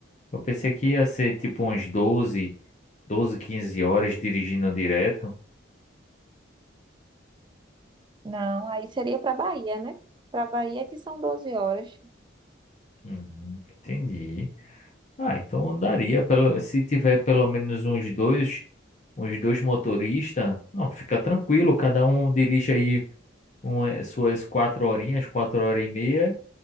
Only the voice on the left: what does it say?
Eu pensei que ia ser tipo uns doze 12 15 horas dirigindo direto.
Hum, entendi. Ah, então daria, pelo, se tiver pelo menos uns dois, uns dois motoristas, não, fica tranquilo, cada um dirige aí uma, suas quatro horinhas, quatro horas e meia,